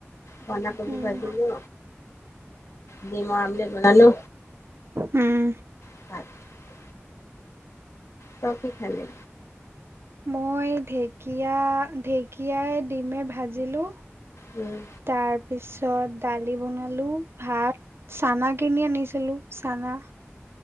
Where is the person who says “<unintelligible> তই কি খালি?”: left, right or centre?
Left